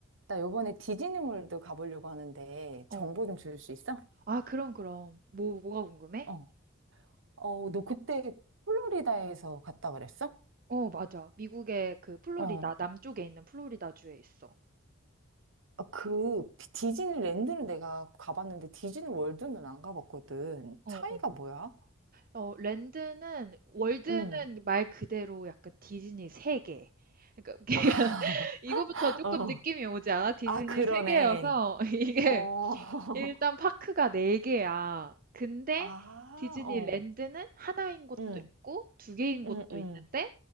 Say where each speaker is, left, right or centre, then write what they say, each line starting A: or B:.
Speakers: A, on the right; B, on the right.
A: 나 요번에 디즈니월드 가보려고 하는데
B: 어.
A: 정보
B: 어.
A: 좀 줄 수 있어?
B: 아, 그럼, 그럼. 뭐, 뭐가 궁금해?
A: 어. 어, 너 그때 플로리다에서 갔다 그랬어?
B: 어, 맞아. 미국의 그 플로리다,
A: 어.
B: 남쪽에 있는 플로리다주에 있어.
A: 아, 그 디즈니랜드는 내가 가봤는데 디즈니월드는 안 가봤거든.
B: 어,
A: 차이가
B: 어.
A: 뭐야?
B: 어, 랜드는, 월드는
A: 응.
B: 말 그대로 약간 디즈니 세계. 그러니까 <laughs>
A: 아,
B: 이거부터
A: <laughs>
B: 조금
A: 어.
B: 느낌이 오지 않아? 디즈니
A: 아, 그러네.
B: 세계여서 <laughs>
A: 어.
B: 이게
A: <laughs>
B: 일단 파크가 네 개야. 근데
A: 아,
B: 디즈니
A: 어.
B: 랜드는 하나인 곳도
A: 응,
B: 있고 두 개인 곳도
A: 응, 응.
B: 있는데